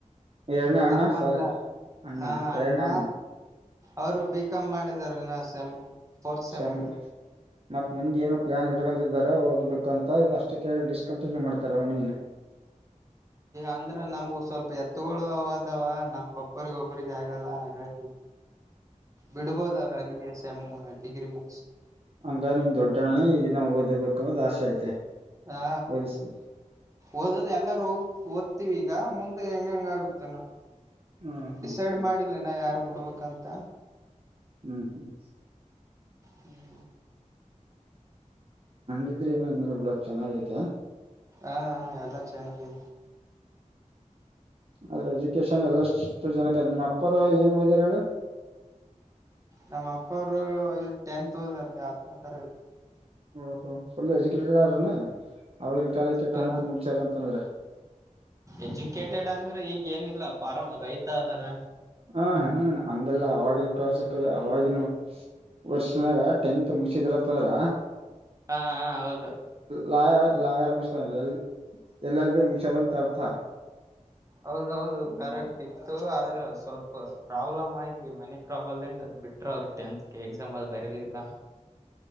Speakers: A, on the right (about 50°); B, on the right (about 25°).
A: ಎರಡನೇ ಅಣ್ಣ
B: ತಮ್ಮ
A: ಸಾರಿ
B: ಇಲ್ಲ
A: ಅಣ್ಣ
B: ಹ ಅಣ್ಣ
A: ಎರಡನೇ
B: ಅವ್ರು ಬಿಕಾಮ್ ಮಾಡಿದ್ದಾರೆ <unintelligible> ಸೆಮ್ ಫೋರ್ತ್ ಸೆಮ್
A: ಶ್ಯಾಮ್
B: ಆಗ್ಯಾದ
A: ಮತ್ ಮುಂದ್ ಏನೋ ಪ್ಲಾನ್ ಇಟ್ಕೊಂಡಿದಾರ ಓದ್ಬೇಕು ಅಂತ ಇಲ್ಲ ಅಷ್ಟಕ್ಕೆ ಡಿಸ್ಕಂಟಿನ್ಯೂ ಮಾಡ್ತಾರೆ ಅವ್ನಿಗ
B: ಅಂದ್ರ ನಮ್ಗೂ ಸ್ವಲ್ಪ ಎತ್ತುಗಳು ಅದವ ಒಬ್ಬರಿಗ್ ಒಬ್ಬರಿಗ್ ಆಗಲ್ಲ ಹಾಗಾಗಿ ಬಿಡ್ಬೋದ ಅವ್ರ ಅಲ್ಲಿಗೆ ಸೆಮ್ ಡಿಗ್ರಿ ಮುಗ್ಸಿ
A: ಹಂಗ ನಿಮ್ ದೊಡ್ಡಣ್ಣನೇ ಈಗನ್ನ ಓದ್ಬೇಕು ಅಂತ್ ಆಸೆ ಐತೆ
B: ಹಾ
A: ಓದಿಸ್ಬೇಕು
B: ಓದದು ಎಲ್ಲಾರೂ ಹೋ ಓದ್ತಿವಿ ಈಗ ಮುಂದೆ ಹೆಂಗ ಹೆಂಗ ಆಗುತ್ತನೋ
A: ಹ್ಮ್ ಹ್ಮ್
B: ಡಿಸೈಡ್
A: ಹ್ಮ್
B: ಮಾಡಿಲ್ಲ ಇನ ಯಾರ್ ಬಿಡ್ಬೇಕಂತ
A: ಹ್ಮ್ ಹ್ಮ್
B: ಹ್ಮ್
A: ಹಂಗಿದ್ರಿ ಏನು ಅನ್ನಲ್ ಬಿಡು ಚೆನ್ನಾಗೈತೆ
B: ಹಾ ಹಾ ಎಲ್ಲಾ ಚೆನ್ನಾಗಿ
A: ಆದ್ರೆ ಎಜುಕೇಶನ್ ಎಲ್ಲಷ್ಟು ಜನಕ್ ನಿಮ್ ಅಪ್ಪರು ಏನ್ ಓದ್ಯರ್ ಹೇಳು
B: ನಮ್ ಅಪ್ಪ ಅವ್ರು ಟೆಂತ್ ಓದಾರ ಹತ್ನೇ ತರಗತಿ
A: ಹೋ ಹೋ ಫುಲ್ ಎಜುಕೇಟೆಡ್ ಆರೆನು ಅವಾಗಿನ ಕಾಲಕ್ಕೆ
B: ಹಾ
A: ಟೆಂತು ಮುಗಿಸಾರ್ ಅಂತಂದ್ರೆ
B: ಎಜುಕೇಟೆಡ್ ಅಂದ್ರೆ ಈಗ್ ಏನಿಲ್ಲ ಫಾರಂ ರೈತ ಅದಾರ
A: ಹ ಹ್ಮ ಹಂಗಲ್ಲ ಆವಾಗಿನ ಕ್ಲಾಸ್ಕ್ ಅವವಾಗಿನ ವರ್ಷನಾಗ ಟೆಂತ್ ಮುಗಸಿದ್ರಂತಂದ್ರ
B: ಹಾ ಹಾ ಹೌದು
A: ಲಾಯ <unintelligible> ಲಾಯರ್ ಮುಗ್ಸಾರ ಅಂದ್ರೆ, ಎಲ್ ಎಲ್ ಎಲ್ ಬಿ ಮುಗ್ಸಾರ ಅಂತ ಅರ್ಥ.
B: ಹೌದೌದು ಕರೆಕ್ಟ್ ಇತ್ತು, ಆದ್ರ ಸ ಸ್ವಲ್ಪ ಪ್ರಾಬ್ಲಮ್ ಆಗಿ, ಮನೆ <unintelligible> ಪ್ರಾಬ್ಲಂದ <unintelligible> ಬಿಟ್ರು ಅವರು, ಟೆಂತ್ಗೆ ಎಕ್ಸಾಮ್ ಆದ ಬ <unintelligible> ತಿಳಿಲ್ಲ